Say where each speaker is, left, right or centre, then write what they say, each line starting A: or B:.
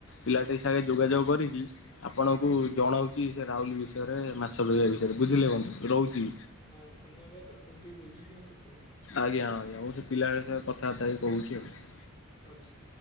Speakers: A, on the left; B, on the left.
A: ପିଲାଟି ସାଙ୍ଗେ ଯୋଗାଯୋଗ କରିକି ଆପଣଙ୍କୁ ଜଣଉଚି ସେ ରାଉଲ ବିଷୟରେ ମାଛ ଧରିବା ବିଷୟରେ ବୁଝିଲେ ବନ୍ଧୁ ରହୁଚି।
B: ହଁ ଧନ୍ୟବାଦ ଆପଣ ଟିକେ ବୁଝିକି ମତେ କୁହନ୍ତୁ।
A: ଆଜ୍ଞା ଆଜ୍ଞା ମୁଁ ସେ ପିଲାମାନଙ୍କ ସହ କଥାବାର୍ତ୍ତା ହେଇ କହୁଚି ଆଉ।
B: ଆଚ୍ଛା।